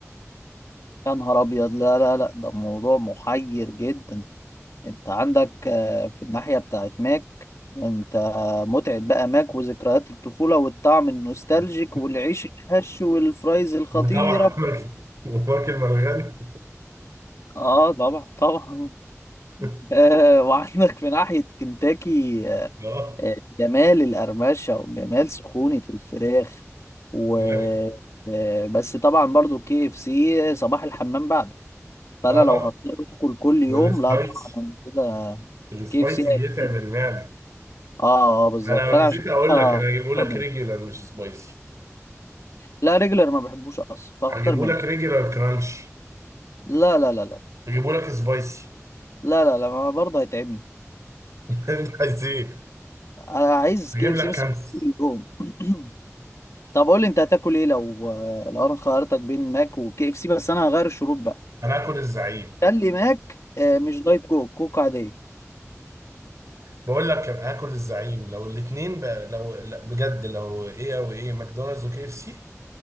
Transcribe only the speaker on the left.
يا نهار ابيض لا لا لا ده موضوع محير جدا انت عندك آه، في الناحية بتاعت ماك انت متعة بقى ماك وذكريات الطفولة والطعم النوستالجيك
والعيش الهش والفرايز الخطيرة
اه طبعا طبعا
آه وعندك في ناحية كنتاكي آه
جمال القرمشة وجمال سخونة الفراخ و
آه بس طبعا برضو كي اف سي صباح الحمام بعده فانا
لو هضطر اكل كل يوم
لا طبعا أنا كده
كي اف سي هيقتلني.
اه اه بالظبط
فانا
عشان
كده
هختار
ماك.
لا ريجلر ما بحبوش اصلا فاختار
ماك
لا لا لا لا
لا لا لا ما برضه هيتعبني
انا عايز
كي اف
سي بس
كل يوم <clears throat> طب قول لي انت هتاكل ايه لو لو انا خيرتك بين ماك وكي اف سي بس انا هغير الشروط بقى
خلي ماك آه، مش دايت كوك كوك عاديه